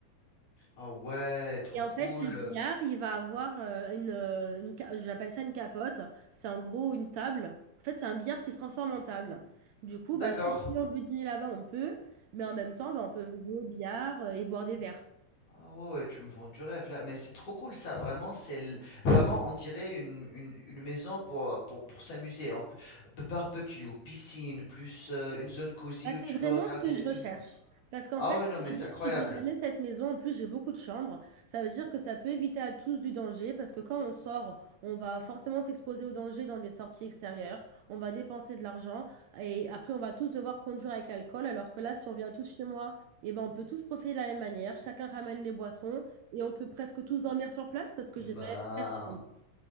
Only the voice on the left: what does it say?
Ah ouais, trop
cool.
D'accord.
Ah ouais, ouais, tu me vends du rêve là, mais c'est trop cool ça, vraiment, c'est le- vraiment on dirait une, une, une maison pour, euh, pour, pour s'amuser, en plus, b- barbecue, piscine, plus euh, une zone cosy
où tu
peux regarder
des
films.
Ah
ouais, non, mais
c'est
incroyable.
Ben,